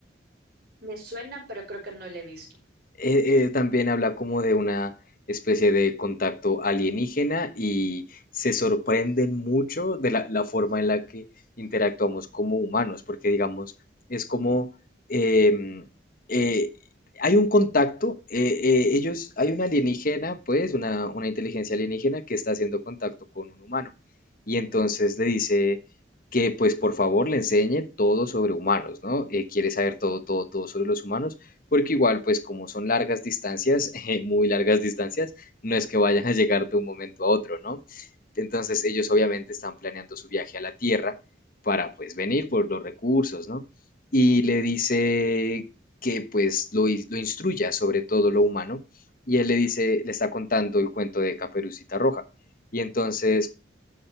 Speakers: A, on the right; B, on the left.
A: Me suena, pero creo que no lo he visto.
B: Eh, eh, también habla como de una especie de contacto alienígena y se sorprenden mucho de la, la forma en la que interactuamos como humanos, porque digamos, es como em, eh, hay un contacto, eh, eh, ellos, hay una alienígena, pues, una, una inteligencia alienígena que está haciendo contacto con un humano y
A: Ujú,
B: entonces le dice que pues por favor le enseñe todo sobre humanos, ¿no? Eh, quiere saber todo, todo, todo sobre los humanos porque igual, pues como son largas distancias, <laughs> eh, muy largas distancias, no es que vayan a llegar de un momento a otro, ¿no? Entonces ellos obviamente están planeando su viaje a la Tierra para pues venir por los recursos, ¿no? Y le dice que pues lo, in- lo instruya sobre todo lo humano y él le dice, le está contando el cuento de Caperucita Roja. Y entonces